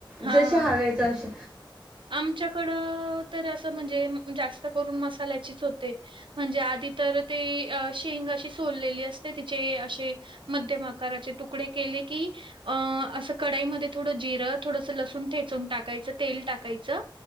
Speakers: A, on the right (about 70°); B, on the right (about 20°).
A: हा
B: जसे हवे तस
A: आमच्याकडं तर असं म्हणजे जास्त करून मस्त लायच होते म्हणजे आधी तर ते शेंग अशी सोोललेली असते तिचे अशे मध्यम आकाराचे तुकडे केले की अ असं कडाईमध्ये थोडं जिर थोडस लसून ठेचून टाकायचं तेल टाकायचं